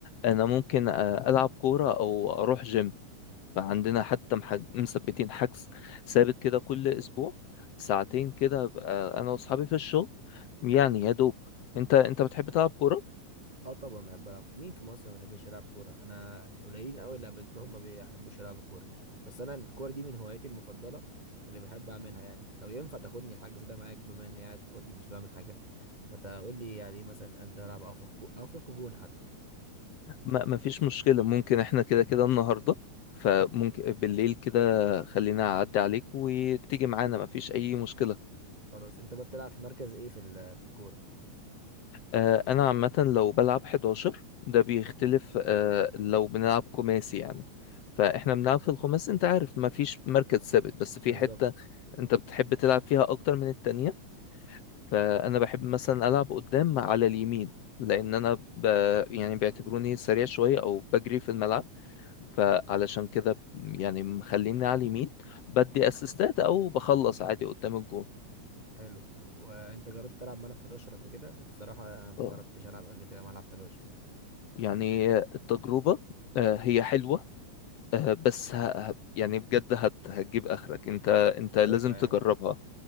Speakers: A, on the left (about 65°); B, on the right (about 50°).
A: انا ممكن آه، العب كورة او اروح جيم فعندنا حتى محج... مثبتين حجز ثابت كده كل اسبوع ساعتين كده بقى انا واصحابي في الشغل يعني يا دوب انت انت بتحب تلعب كوره
B: اه طبعا بحب العب مين في مصر ما بيحبش يلعب كوره انا قليلين قوي اللي قابلتهم ما بيحبوش يلعبوا كوره بس انا الكوره دي من هواياتي المفضله اللي بحب اعملها يعني لو ينفع تاخدني الحجز ده معاك بما اني قاعد فاضي مش بعمل حاجه ما تقول لي يعني مثلا انزل العب افرق افرق جون حتى
A: ما... ما فيش مشكله ممكن احنا كده كده النهارده فممكن بالليل كده خلينا اعدي عليك وتيجي معانا ما فيش اي مشكله
B: خلاص انت بقى بتلعب في مركز ايه في ال- في الكوره
A: آه، انا عامه لو بلعب 11 ده بيختلف آه، لو بنلعب خماسي يعني فاحنا بنلعب في الخماسي انت عارف ما فيش مركز ثابت بس في
B: بالظبط
A: حته انت بتحب تلعب فيها اكتر من التانية فانا بحب مثلا العب قدام على اليمين لان انا ب... يعني بيعتبروني سريع شويه او بجري في الملعب فعلشان كده يعني مخليني على اليمين بدي اسيستات او بخلص عادي قدام الجون
B: حلو وانت جربت تلعب ملعب 11 قبل كده الصراحه انا ما
A: آه.
B: جربتش العب قبل كده ملعب 11
A: يعني التجربه آه، هي حلوه آه، بس ه... ه- يعني بجد هت... هتجيب اخرك انت انت
B: مرهقه
A: لازم
B: يعني
A: تجربها